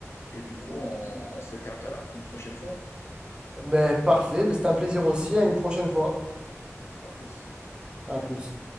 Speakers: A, on the left (about 55°); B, on the right (about 20°).
A: Et du coup, on, on se capte à la, une prochaine fois.
B: Ben, parfait, Ben, c'était un plaisir aussi. À une prochaine fois.
A: À plus.
B: À plus.